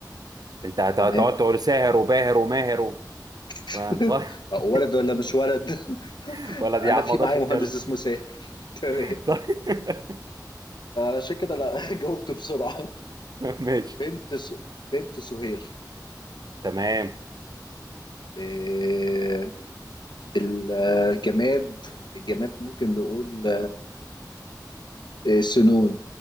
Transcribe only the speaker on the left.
تمام
<laughs>
ولد ولا مش ولد <laughs>
انا
في
معايا
مهندس اسمه ساهر <laughs> تمام
عشان كده لا <laughs> جاوبته بسرعة
بنت س... بنت سهير
آه، الجماد الجماد ممكن نقول آه، سنون